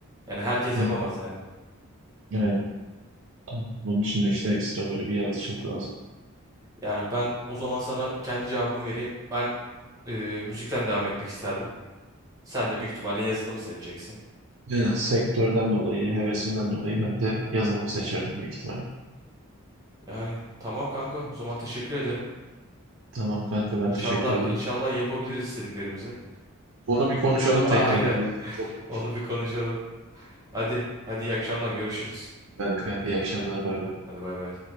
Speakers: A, on the right; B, on the right.
A: Yani herkes
B: Hı.
A: yapamaz yani.
B: Yani tamam. bunun için de işte ekstra böyle bir yaratıcılık lazım.
A: Yani ben o zaman sana kendi cevabımı vereyim. Ben e, müzikten devam etmek isterdim. Sen de büyük ihtimalle yazılımı seçeceksin.
B: Yani sektörden dolayı, hevesimden dolayı ben de yazılımı seçerdim büyük ihtimalle.
A: Yani tamam kanka o zaman teşekkür ederim.
B: Tamam kanka
A: İnşallah
B: ben teşekkür ederim.
A: inşallah yapabiliriz istediklerimizi.
B: Bunu bir konuşalım
A: <laughs> Aynen.
B: tekrardan. Değerli olur.
A: Onu bir konuşalım. Hadi hadi iyi akşamlar görüşürüz.
B: Kanka iyi akşamlar bay bay.
A: Hadi bay bay.